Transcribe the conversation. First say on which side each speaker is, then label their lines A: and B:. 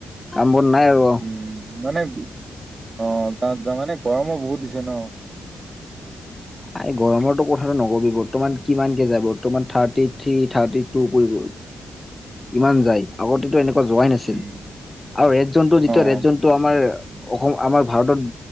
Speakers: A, on the left; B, on the right.
A: কাম বন নাই আৰু
B: উম মানে অ', গা গা মানে গৰমো বহুত দিছে ন।
A: আৰে গৰমৰটো কথাটো নকবি বৰ্তমান কিমানকে যায় বৰ্তমান থাৰ্টি থ্ৰী, থাৰ্টি টু <unintelligible> ইমান যায় আগতেতো এনেকুৱা যোৱাই নাছিল
B: উম
A: আৰু ৰেড জনটো যেতিয়া
B: অ
A: ৰেড জন ত' আমাৰ অসম আমাৰ ভাৰতত